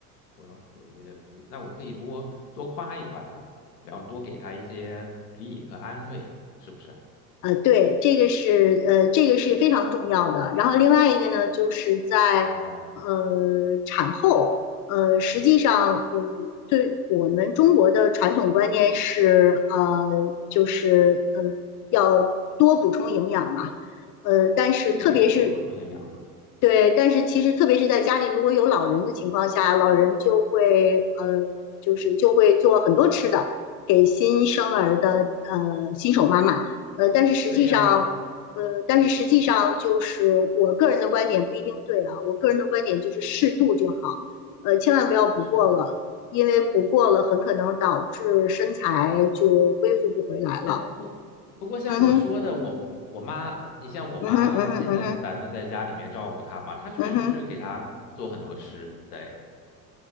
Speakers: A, on the left; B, on the left.
A: 我要注意，也得注意。那我可以多多夸一夸她，然后多给她一些鼓励和安慰，是不是？
B: 呃，对，这个是呃，这个是非常重要的。然后另外一个呢，就是在呃
A: 明白。
B: 产后，呃，实际上，呃，对我们中国的传统观念是，呃，就是呃要多补充营养嘛，呃，但是特别是
A: 对，多补充营养嘛。
B: 对，但是其实特别是在家里，如果有老人的情况下，老人就会，嗯、就是就会做很多吃的给新生儿的呃新手妈妈，呃，但是实际上，
A: 对呀、
B: 呃，但是实际上就是我个人的观点不一定对啊，我个人的观点就是适度就好，呃，千万不要补过了，
A: 是。
B: 因为补过了很可能导致身材就恢复不回来了。
A: 哎，不过不过像你说的，
B: 嗯哼，
A: 我我妈，你像我妈现在打算在家里面照顾她嘛，
B: 嗯哼，嗯哼，嗯哼，
A: 她确实是给她做很多吃的，
B: 嗯哼，
A: 哎